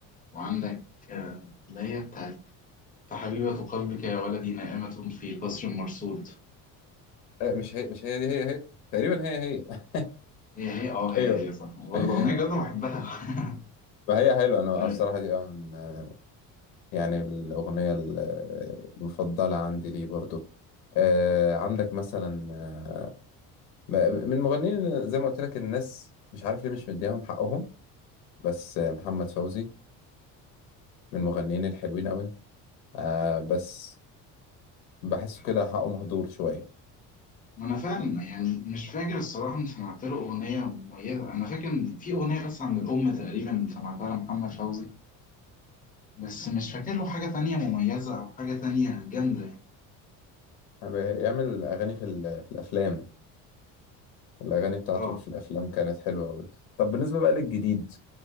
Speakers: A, on the left; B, on the left.
A: وعندك آه، اللي هي بتاعت فحبيبة قلبك يا ولدي نائمة في قصر مرصود
B: آه مش هي مش هي دي هي هي تقريبا هي هي
A: هي هي اه هي
B: <laughs> ايوه
A: هي صح والأغنية
B: <laughs>
A: بجد أنا بحبها <laughs>
B: ما هي حلوة أنا
A: آه،
B: الصراحة دي اه من آه، يعني الأغنية ال- المفضلة عندي ليه برضو آه عندك مثلا آه، ب- من المغنيين زي ما قلت لك الناس مش عارف ليه مش مديهم حقهم بس محمد فوزي من المغنيين الحلوين قوي آه بس بحسه
A: حاسس
B: كده حقه مهدور شوية
A: ما أنا فعلا يعني مش فاكر الصراحة إن سمعت له أغنية مميزة أنا فاكر إن في أغنية بس عن الأم تقريبا سمعتها لمحمد فوزي بس مش فاكر له حاجة تانية مميزة أو حاجة تانية جامدة
B: بيعمل أغاني في, ال- في الأفلام الأغاني بتاعته
A: اه
B: في الأفلام كانت حلوة قوي طب بالنسبة بقى للجديد